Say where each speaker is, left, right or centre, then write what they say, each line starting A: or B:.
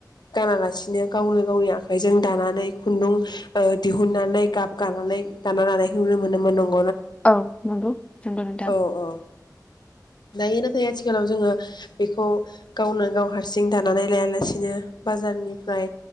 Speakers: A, on the left (about 75°); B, on the left (about 15°).
A: गानालासिनो गावनो गावनि आखाइजों दानानै खुन्दुं ओ दिहुनन्नानै गाब गानानै दाना लानायखौ नुनो मो मोनोमोन <unintelligible>
B: औ नंगौ नंगौ नोंथां।
A: औ औ दायो नाथाय आथिखालाव जोङो बेखौ गावनो गाव हारसिं दानानै लायालासिनो बाजारनिफ्राय